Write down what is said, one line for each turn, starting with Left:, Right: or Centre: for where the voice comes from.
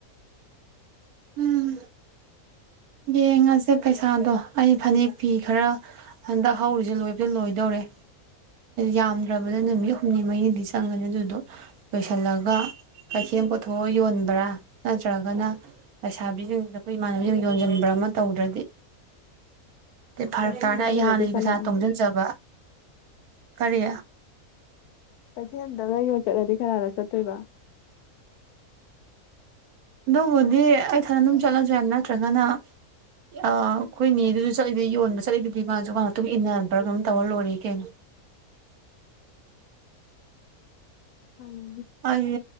Right: ꯎꯝ ꯌꯦꯡꯉꯁꯦ ꯄꯩꯁꯥꯗꯣ ꯑꯩ ꯐꯅꯦꯛ ꯐꯤ ꯈꯔ ꯍꯟꯗꯛ ꯍꯧꯔꯤꯁꯦ ꯂꯣꯏꯕꯨꯗꯤ ꯂꯣꯏꯗꯧꯔꯦ ꯌꯥꯝꯗ꯭ꯔꯕꯗ ꯅꯨꯃꯤꯠ ꯍꯨꯝꯅꯤ ꯃꯔꯤꯅꯤꯗꯤ ꯆꯪꯉꯅꯤ ꯑꯗꯨꯗꯣ ꯂꯣꯏꯁꯤꯜꯂꯒ ꯀꯩꯊꯦꯜ ꯄꯨꯊꯣꯛꯑ ꯌꯣꯟꯕ꯭ꯔꯥ ꯅꯠꯇ꯭ꯔꯒꯅ ꯂꯩꯁꯥꯕꯤꯁꯤꯡꯁꯤꯗ ꯑꯩꯈꯣꯏ ꯏꯃꯥꯟꯅꯅꯕꯁꯤꯡ ꯌꯣꯟꯁꯤꯟꯕ꯭ꯔꯥ ꯑꯃ ꯇꯧꯗ꯭ꯔꯗꯤ ꯐꯔꯛ
Left: ꯀꯩꯊꯦꯜꯗ
Right: ꯇꯥꯔꯅ ꯑꯩ
Left: ꯌꯣꯜꯂꯗꯤ
Right: ꯍꯥꯟꯅꯒꯤ
Left: ꯀꯅꯥꯅ
Right: ꯄꯩꯁꯥ ꯇꯨꯡꯁꯤꯟꯖꯕ ꯀꯔꯤ
Left: ꯀꯩꯊꯦꯜꯗꯒ ꯌꯣꯟ ꯆꯠꯂꯗꯤ ꯀꯅꯥꯅ ꯆꯠꯇꯣꯏꯕ
Right: ꯑꯗꯨꯕꯨꯗꯤ ꯑꯩꯊꯟ ꯑꯗꯨꯝ ꯆꯠꯂꯁꯨ ꯌꯥꯏ ꯅꯠꯇ꯭ꯔꯒꯅ ꯑꯩꯈꯣꯏꯅꯦ ꯑꯗꯨꯁꯨ ꯆꯠꯂꯤꯗꯨ ꯌꯣꯟꯕ ꯆꯠꯂꯤꯗꯨꯗꯤ ꯃꯥꯁꯨ ꯃꯥꯥꯛ ꯃꯇꯨꯡ ꯏꯟꯅꯕ꯭ꯔꯥ ꯀꯝ ꯇꯧꯔ ꯂꯣꯏꯔꯦ ꯀꯩꯅꯣ
Left: ꯅꯪꯅꯅꯤ
Right: ꯑꯩ